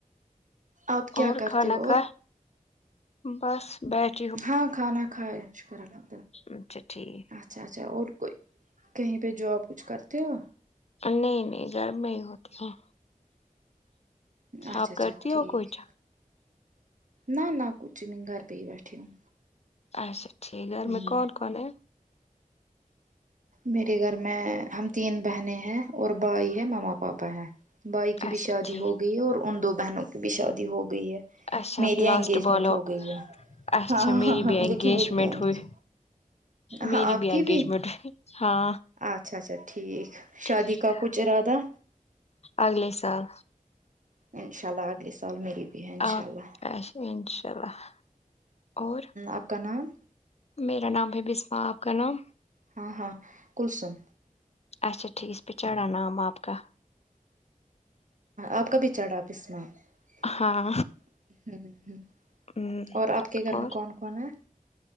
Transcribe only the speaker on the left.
اور
کھانا
کھا
بس بیٹھ
اچھا ٹھیک
نہیں نہیں <inaudible>
آپ
کرتی
ہو کچھ
اچھا ٹھیک ہے گھر
میں کون کون ہیں
اچھا
ٹھیک
اچھا
پلاسٹ
بالو
اچھا
میری
بھی انگیجمنٹ
ہوئی میری
بھی
انگیجمنٹ ہوئی ہاں
ٹھیک
ہے
اگلے سال
ا
اھ انشاء اللہ اور
میرا نام ہے بسما آپ کا نام
اچھا ٹھیکس ب چران نام آپ کاا
ہاں
ہم،
اور